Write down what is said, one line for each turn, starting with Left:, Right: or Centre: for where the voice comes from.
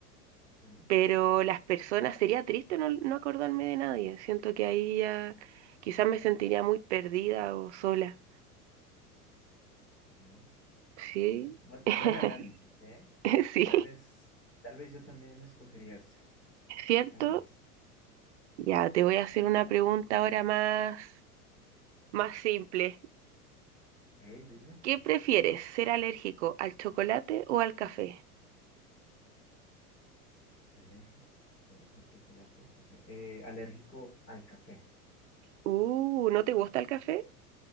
Left: Mm,
Right: Pero las personas, sería triste no, no acordarme de nadie. Siento que ahí ya quizás me sentiría muy perdida o sola.
Left: mm,
Right: Sí,
Left: mm. Buen,
Right: <laughs>
Left: buen análisis, ¿eh?
Right: sí,
Left: Tal vez, tal vez yo también escogería ese,
Right: ¿cierto?
Left: tal vez.
Right: Ya, te voy a hacer una pregunta ahora más, más simple.
Left: Eh, dime,
Right: ¿Qué prefieres, ser alérgico al chocolate o al café?
Left: alérgico al chocolate o al café. Eh, alérgico al café,
Right: Uh, ¿no te gusta el café?